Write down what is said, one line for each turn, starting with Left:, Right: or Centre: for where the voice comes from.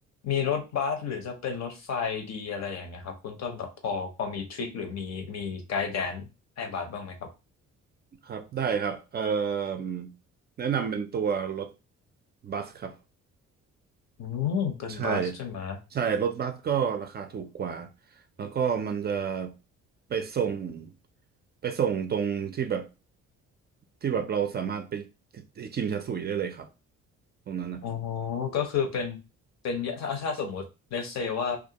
Left: มีรถบัสหรือจะเป็นรถไฟดีอะไรอย่างเงี้ยครับคุณต้นแบบพอพอมีทริคหรือมีมีไกด์แดนให้บัสบ้างไหมครับ
Right: ครับได้ครับเอ่อแนะนำเป็นตัวรถบัสครับ
Left: อืมเป็นบัสใช่ไหม
Right: ใช่ ใช่รถบัสก็ราคาถูกกว่าแล้วก็มันจะไปส่งไปส่งตรงที่แบบที่แบบเราสามารถไปชิมชาสุยได้เลยครับตรงนั้นอ่ะ
Left: อ๋อก็คือเป็นเป็นถ้าถ้าสมมุติ let's say ว่า